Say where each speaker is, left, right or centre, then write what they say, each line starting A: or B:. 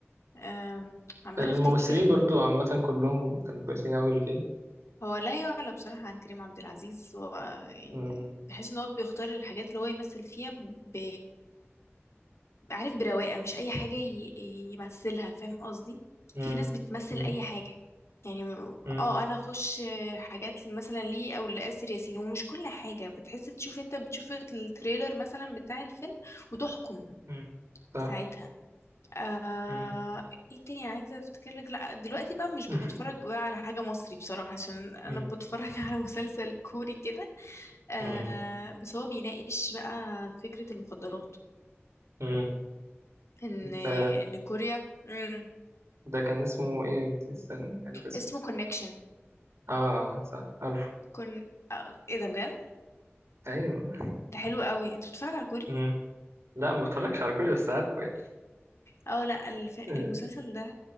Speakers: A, on the left; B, on the right.
A: آه عمالة
B: الممثلين
A: افتكر
B: برضو عامة كلهم كانوا كويسين أوي اللي فيه
A: هو لا يعلى بصراحة عن كريم عبد العزيز هو يعني
B: مم.
A: بحس ان هو بيختار الحاجات اللي هو يمثل فيها ب... عارف برواقة مش اي حاجة ي... يمثلها فاهم قصدي
B: مم.
A: في ناس بتمثل
B: مم.
A: اي حاجة يعني م-
B: مم.
A: اه انا اخش حاجات مثلا ليه او لآسر ياسين ومش كل حاجة بتحس تشوف انت بتشوف التريلر مثلا بتاع الفيلم وتحكم
B: مم. صح
A: ساعتها آه...
B: مم.
A: ايه تاني عايزة افتكر لك لا دلوقتي بقى مش
B: <laughs>
A: بتفرج بقى على حاجة مصري بصراحة عشان انا
B: مم.
A: بتفرج <laughs> على مسلسل كوري كده آه...
B: مم.
A: بس هو بيناقش بقى فكرة المخدرات
B: مم.
A: ان ان
B: ده
A: كوريا مم.
B: ده كان اسمه ايه قلت استني عارف اسمه
A: اسمه كونكشن
B: اه آه، صح عارفه
A: كون ايه ده بجد
B: ايوه
A: ده حلو قوي انت بتتفرج على كوري
B: مم. لا ما اتفرجش على كل بس عارفه يعني
A: اه لا الف... المسلسل
B: آه.
A: ده